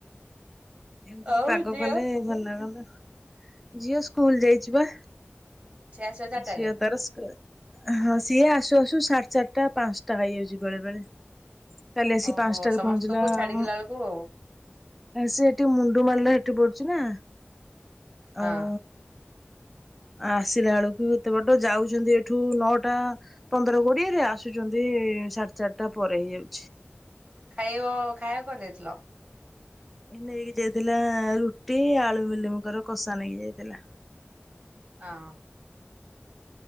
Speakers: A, in the centre; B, on the right.
A: ଏମିତିରେ
B: ଆଉ
A: ପାଗ
B: ଝିଅ
A: କଲେ ଭଲ ଲାଗନ୍ତା ଝିଅ ସ୍କୁଲ ଯାଇଛି ବା।
B: ସେ ଆସିବ ଚାରିଟାରେ
A: ଝିଅ ତାର ସ୍କୁଲ୍। ହଁ ସିଏ ଆସୁ ଆସୁ ସାଢେ ଚାରିଟା ପାଞ୍ଚଟା ହେଇଯାଉଛି ବେଳେ ବେଳେ। କାଲି ଆସି
B: ଓହୋ
A: ପାଞ୍ଚଟାରେ
B: ସମସ୍ତଙ୍କୁ
A: ପହଞ୍ଚିଲା
B: ଛାଡିକିଲା
A: ଆମ
B: ବେଳକୁ ଆଉ।
A: ଆ ସେ ଏଠି ମୁଣ୍ଡୁ ମାଲ ସେଠି ପଡୁଛି ନା
B: ହଁ
A: ଆଉ ଆସିଲା ବେଳକୁ ଏତେ ବାଟ ଯାଉଛନ୍ତି ଏଠୁ ନଅଟା ପନ୍ଦର କୋଡିଏରେ ଆସୁଛନ୍ତି ସାଢେ ଚାରିଟା ପରେ ହେଇଆଉଚି।
B: ଖାଇବ ଖାଇଆ କଣ ଦେଇଥିଲ?
A: ଏ ନେଇକି ଯାଇଥିଲା ରୁଟି ଆଳୁ ମିଲିମକର କଷା ନେଇକି ଯାଇଥିଲା।
B: ହଁ।